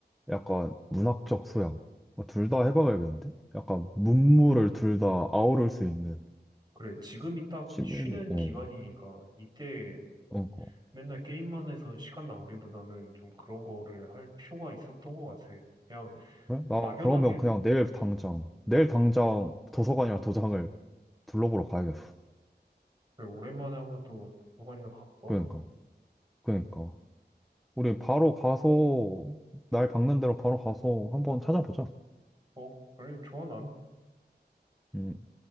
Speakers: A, in the centre; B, on the right.
A: 약간 문학적 소양. 뭐 둘다 해봐야겠는데? 약간 문물을 둘 다 아우를 수 있는
B: 그래 지금이 딱
A: 취미로.
B: 쉬는 기간이니까
A: 어,
B: 이때
A: 어, 어.
B: 맨날 게임만 해서 시간 낭비보다는 좀 그런 거를 할 필요가 있었던 것 같아. 그냥
A: 그래? 난
B: 막연하게
A: 그러면 그냥 내일 당장, 내일 당장 도서관이나 도장을 둘러보러 가야겠어.
B: 그래, 오랜만에 한번 또 도서관이나 가볼까?
A: 그러니까, 그러니까. 우리 바로 가서, 날 박는 대로 바로 가서 한번 찾아보자.
B: 어, 그래, 좋아, 난.
A: 음.